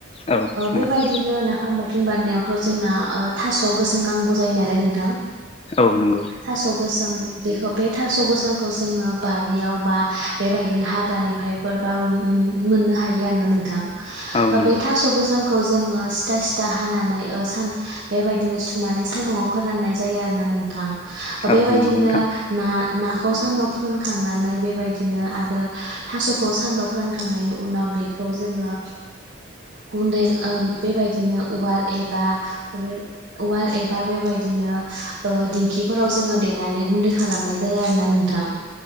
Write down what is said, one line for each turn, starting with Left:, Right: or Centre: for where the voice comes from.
Left: औ नंगौ
Right: बेबायदिनो नाफाम बाथोन बारनायावथ' जोंना थास'आव गोसोम नांगौ नांगौ जायो नालाय नोंथां
Left: औ नंगौ
Right: थास गोसोम बेखो बे थास' गोसोमखौ जोङो बारियाव बा बेबायदिनो हाग्रानिफ्रायफोरबाबो मोन मोननो हायो आरो ना नोंथां
Left: औ नंगौ
Right: बे थास' गोसोम खौ जोङो सिथा सिथा हानानै सान बेबायदिनो सुनानै सान्दुंआव फोराननाय जायो आरोना नोंथां
Left: औ
Right: बेबायदिनो
Left: नंगौ नोंथां
Right: ना नाखौ सान्दुं फोरानखांनानै बेबायदिनो आरो थास'खौबो सान्दुं फोरानखांनायनि उनाव बेखौ जोङो गुन्दै बेबायदिनो उवाल एबा बे उवाल एबा बेबायदिनो दिंखिफोराव जोङो देनानै गुन्दै खालामनाय जायो आरोना नोंथां